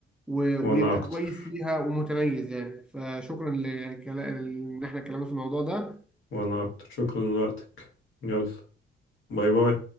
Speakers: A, in the centre; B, on the left (about 75°).
A: و-
B: وأنا
A: ويبقى
B: أكتر
A: كويس فيها ومتميز يعني فشكرا لكلا- ان احنا اتكلمنا في الموضوع ده
B: وأنا أكتر شكرا لوقتك يلا باي باي